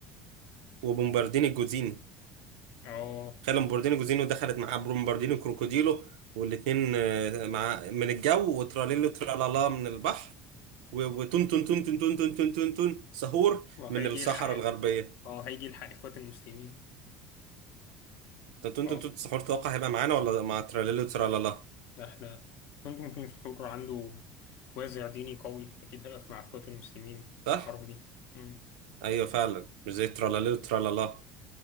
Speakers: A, on the right (about 85°); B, on the left (about 65°).
A: وبومبارديني جوزيني
B: اه
A: خلى بومبارديني جوزيني ودخلت معاه بومبارديني كروكوديلو والاثنين مع من الجو وتراليلو ترالالا من البحر و- وتون تون تون تون تون تون تون تون تون سهور
B: وهيجي
A: من الصحراء
B: يلحق إيه؟
A: الغربية
B: اه آه، هيجي يلحق إخوات المسلمين
A: تون تون
B: اه
A: تون تون سحور توقع هيبقى معانا ولا مع تراليلو ترالالا
B: ده احنا ممكن يكون الحر عنده وازع ديني قوي أكيد هيقف مع إخوات المسلمين
A: صح؟
B: في الحرب دي مم.
A: ايوه فعلا مش زي تراليلو ترالالا